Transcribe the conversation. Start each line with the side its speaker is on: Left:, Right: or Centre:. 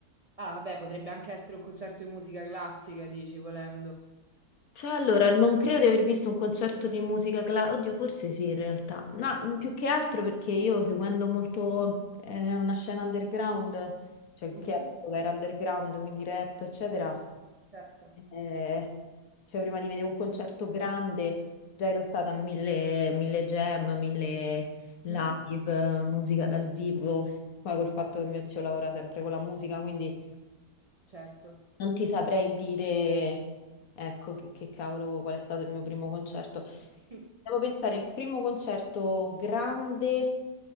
Right: Ah, beh, potrebbe anche essere un concerto di musica classica, dici, volendo.
Left: Cioè, allora, non credo di aver visto un concerto di musica classica, oddio, forse sì in realtà, no, mm, più che altro perché io seguendo molto eh, una scena underground, cioè
Right: Mhm,
Left: che all'epoca era underground, quindi rap, eccetera,
Right: certo.
Left: eh, cioè prima di vedere un concerto grande già ero stata a mille, mille jam, mille live,
Right: Mhm,
Left: eh, musica dal vivo, poi col fatto che mio zio lavora sempre con la musica, quindi
Right: certo.
Left: non ti saprei dire, ecco, che che cavolo, qual è stato il mio primo concerto.
Right: <laughs>
Left: Devo pensare, il primo concerto grande,